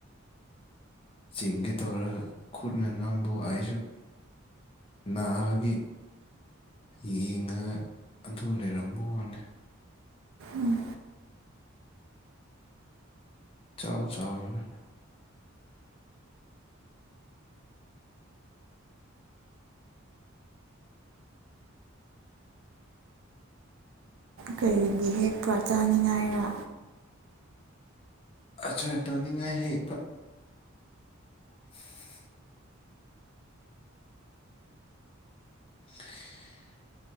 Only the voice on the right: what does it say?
ꯎꯝ
ꯀꯩꯒꯤ ꯍꯦꯛꯄꯥ ꯆꯥꯅꯤꯡꯉꯥꯏꯔ